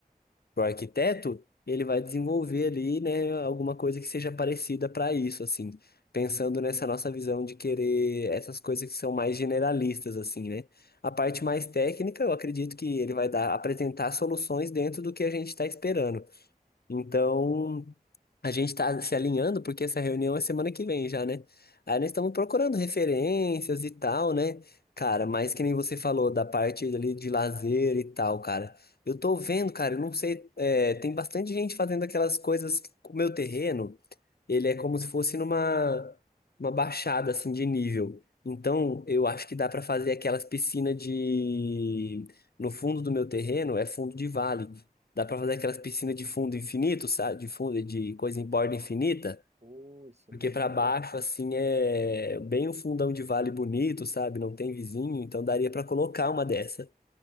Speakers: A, on the left (about 85°); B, on the right (about 45°).
A: para o arquiteto, ele vai desenvolver ali, né, alguma coisa que seja parecida para isso, assim, pensando nessa nossa visão de querer essas coisas que são mais generalistas, assim, né? A parte mais técnica, eu acredito que ele vai dar, apresentar soluções dentro do que a gente está esperando. Então, a gente está se alinhando porque essa reunião é semana que vem já, né? Aí nós estamos procurando referências e tal, né? Cara, mas que nem você falou da parte ali de lazer e tal, cara. Eu tô vendo, cara, eu não sei, é, tem bastante gente fazendo aquelas coisas com o meu terreno ele é como se fosse numa uma baixada assim de nível. Então, eu acho
B: E,
A: que dá para fazer aquelas piscinas de no fundo do meu terreno, é fundo de vale. Dá para fazer aquelas piscinas de fundo infinito, sabe? De fundo de coisa em borda infinita,
B: Pô, isso
A: porque
B: é muito
A: para
B: bom.
A: baixo
B: hein?
A: assim é bem um fundão de vale bonito, sabe? Não tem vizinho, então daria para colocar uma dessa.